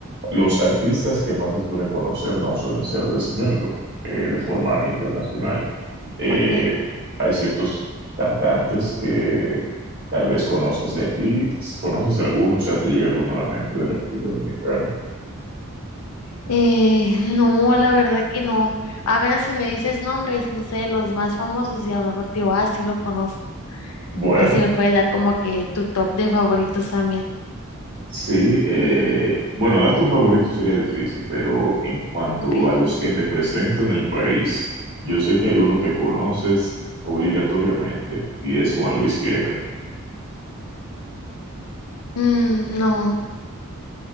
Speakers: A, on the right; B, on the left.
A: los artistas que más se suelen conocer no suelen ser de ese género, eh, de forma internacional. Eh,
B: Ok.
A: hay ciertos cantantes que tal vez conozcas de aquí, conoces alguno, o sea, te llega alguno a la mente de República Dominicana.
B: Eh, no, la verdad que no. A ver si me dices nombres, no sé, los más famosos y a lo mejor te digo, ah, sí lo conozco.
A: Bueno,
B: A ver si me puedes dar como que tu top de favoritos también.
A: sí, eh, bueno, darte un favorito sería difícil, pero en cuanto
B: Ok.
A: a los que representan el país, yo sé que hay uno que conoces obligatoriamente y es Juan Luis Guerra.
B: Mm, no,